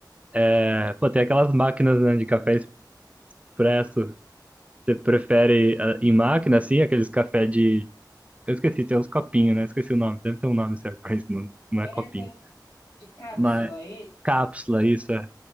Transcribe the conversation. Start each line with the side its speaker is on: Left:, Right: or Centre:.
Right: É, pô, tem aquelas máquinas, né, de café expresso. Você prefere ah,
Left: Sim.
Right: em máquina, assim, aqueles café de. Eu esqueci, tem uns copinhos, né? Esqueci o nome. Deve ter um nome certo pra isso, não, não é
Left: É,
Right: copinho.
Left: tem um de cápsula
Right: Mas
Left: esse?
Right: cápsula, isso é.